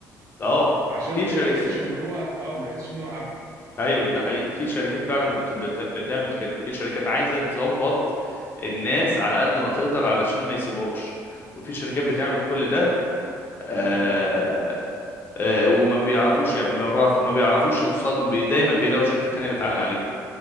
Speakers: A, on the left; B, on the right.
A: اه
B: عشان
A: في
B: ما
A: شركات
B: يحسش ان هو اه ما يحسش ان هو عبد
A: ايوه ده حقيقي في شركات فعلا
B: ف-
A: بت... بت... بتعمل كده في شركات عايزه تظبط الناس على قد ما تقدر علشان ما يسيبهمش وفي شركات
B: بالظبط
A: بتعمل كل ده آه...
B: مم.
A: آه... وما بيعرفوش يعني ما بيعرف- ما بيعرفوش يوصلوا بي... دايما بيلاقوا شركات تانية بتعلي عليهم